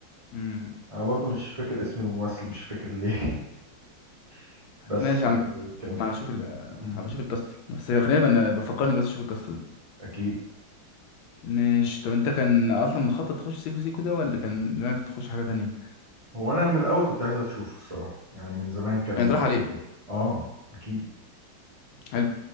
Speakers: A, on the left; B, on the right.
A: امم
B: انا برضو مش فاكر اسم الممثل مش فاكر ليه <laughs> بس
A: ماشي يا
B: آه،
A: عم
B: كان
A: هبقى
B: في...
A: اشوف ال
B: مم.
A: هبقى اشوف الكاست بس خلينا بقى ن- بفكرني بس اشوف الكاست ده
B: اكيد
A: ماشي طب انت كان اصلا مخطط تخش سيكو سيكو ده ولا كان دماغك تخش حاجه تانية
B: هو انا من الاول كنت عايز اشوفه الصراحه يعني من زمان كان
A: يعني طرح عليه
B: في بالي اه اكيد
A: حلو